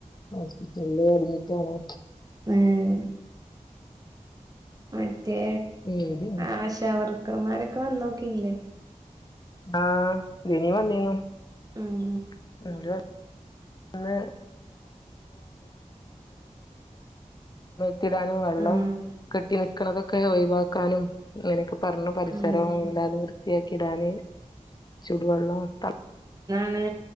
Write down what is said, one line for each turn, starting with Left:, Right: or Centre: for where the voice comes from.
Left: ഹോസ്പിറ്റലില് അഡ്മിറ്റാണ്
Right: ഏഹ് മറ്റേ
Left: പേടിയാണ്
Right: ആശവർക്കർമാരൊക്കെ വന്നോക്കീല്ലേ
Left: ആ <unintelligible> വന്നീന്നു
Right: ഉം
Left: <unintelligible> അന്ന് <inaudible> ടാനും വെള്ളം
Right: ആഹ്
Left: കെട്ടി നക്കണതൊക്കെ ഒഴിവാക്കാനും ങ്ങനെ പറഞ്ഞു പരിസരം
Right: ആഹ്
Left: ഇല്ലാതെ വൃത്തിയാക്കിടാന് ചൂടുവെള്ളം ത
Right: ന്നെ